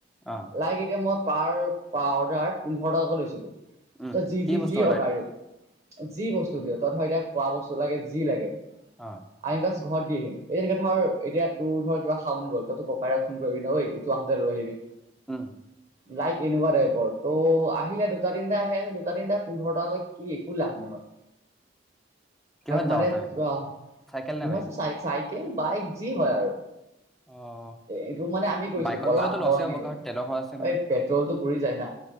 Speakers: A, in the centre; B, on the right.
A: অ
B: লাইক এতিয়া মই। পাৰ অৰ্ডাৰ পোন্ধৰ টকাকৈ লৈছিলোঁ।
A: উম
B: ত জি-
A: কি
B: জি-
A: বস্তু
B: জি অৰ্ডাৰ দিয়। যি বস্তু দিয় তই ধৰ এতিয়া খোৱা বস্তু লাগে যি লাগে।
A: অ
B: আমি বাছ ঘৰত দি আহিম এই তেনেকে ধৰ এতিয়া তোৰ ধৰ কিবা খা মন গ'ল তই তোৰ ককাইক ফোন কৰিবি ন ঐ এইটো আহোতে লৈ আহিবি।
A: অ'
B: লাইক এনেকুৱা টাইপৰ ত' আহিলে দুটা তিনিটা আহে আছে দুটা তিনিটা পোন্ধৰ টকৈ কি একো লাভ নহয়।
A: কিহত
B: মানে
A: যাৱ তই
B: অ'
A: চাইকেল
B: বিহো
A: নে বাইক?
B: চ চাই বাইক যি হয় আৰু
A: অ'।
B: এইটো মানে আমি কৰিছো।
A: বাইকত
B: পলাশ
A: গ'লেতো লছে
B: মই এনেকে
A: হ'ব কাৰণ তেলৰ খৰচ আছে নহয়,
B: এই পেট্ৰলটো পুৰি যায় না